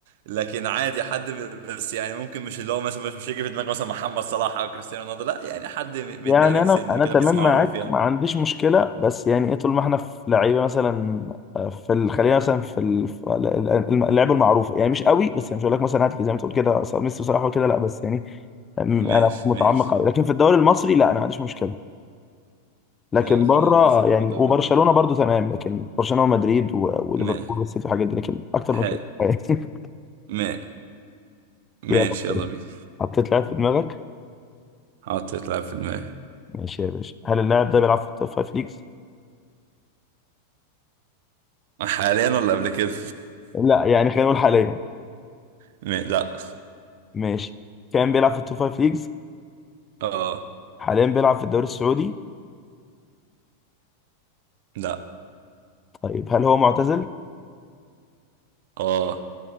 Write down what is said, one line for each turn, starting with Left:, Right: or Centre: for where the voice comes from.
Right: لكن عادي حد ب- بس يعني ممكن مش اللي هو مثلا مش مش هيجي في دماغك مثلا محمد صلاح او كريستيانو رونالدو لا يعني حد م-
Left: يعني
Right: متداري
Left: انا
Right: سنه
Left: انا
Right: كده
Left: تمام
Right: بس معروف
Left: معاك
Right: يعني.
Left: ما عنديش مشكله بس يعني ايه طول ما احنا في لعيبه مثلا آه، في ال- خلينا مثلا في ال- في ال- ال- اللعيبه المعروفه يعني مش قوي بس يعني مش هقول لك مثلا هات لي زي ما تقول كده ميسي وصلاح وكده لا بس يعني أم،
Right: ماشي
Left: انا مش متعمق
Right: ماشي
Left: قوي لكن في الدوري المصري لا انا ما عنديش مشكله لكن
Right: آه خلاص
Left: بره
Right: لا سيبك
Left: يعني
Right: من الدوري
Left: وبرشلونه برضو تمام لكن برشلونه ومدريد و- وليفربول
Right: ماشي
Left: والسيتي والحاجات دي لكن اكتر
Right: ح
Left: من كده <laughs>
Right: ما ماشي
Left: يلا
Right: يلا بينا
Left: حطيت لاعب في دماغك
Right: حطيت لعب في دماغي
Left: ماشي يا باشا هل اللاعب ده بيلعب في التوب فايف ليجز؟
Right: حاليا ولا قبل كده
Left: لا يعني خلينا نقول حاليا
Right: <laughs> ما... لا
Left: ماشي كان بيلعب في التوب فايف ليجز
Right: اه
Left: حاليا بيلعب في الدوري السعودي
Right: لا
Left: طيب هل هو معتزل
Right: اه